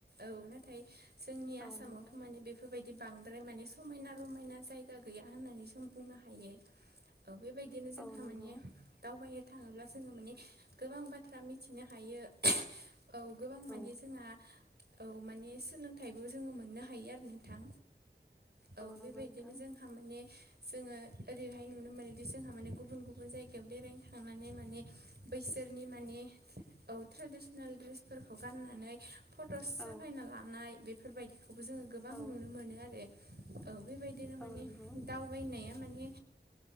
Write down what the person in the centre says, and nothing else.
औ
नंगौ
औ नंगौ
औ
नंगौ
नोंथां
औ
औ
औ नंगौ